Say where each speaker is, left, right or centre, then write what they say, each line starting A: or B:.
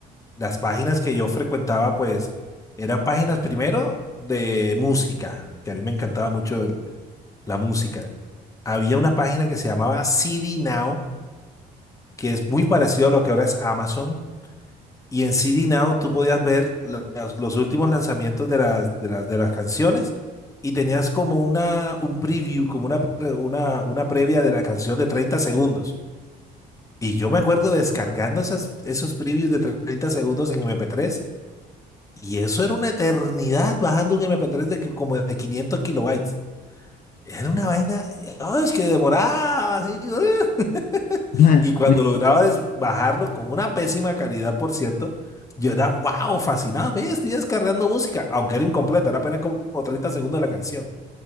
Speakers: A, on the left; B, on the left.
A: Las páginas que yo frecuentaba, pues, eran páginas primero de música, que a mí me encantaba mucho el- la música. Había una página que se llamaba CD Now, que es muy parecido a lo que ahora es Amazon. Y en CD Now tú podías ver la- las- los últimos lanzamientos de las, de las, de las canciones y tenías como una, un preview, como una, pre- una, una previa de la canción de 30 segundos. Y yo me acuerdo descargando esas, esos previews de 30 segundos en MP3 Y eso era una eternidad bajando un MP3 de que- como de 500 kilobytes. Era una vaina, ah, es que demoraba así. <laughs>
B: <laughs>
A: Y cuando
B: Me hiciste,
A: lograba des- bajarlo con una pésima calidad, por cierto, yo era, wow, fascinado, ve, estoy descargando música, aunque era incompleta, era apenas como 30 segundos de la canción.